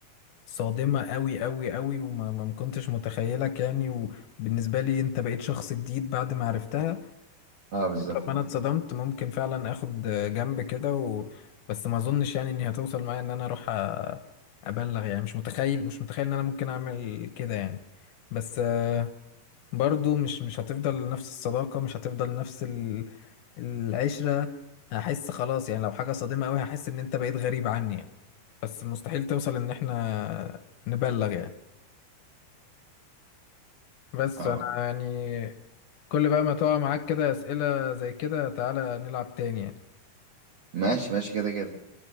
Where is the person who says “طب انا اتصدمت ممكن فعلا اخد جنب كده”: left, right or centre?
Left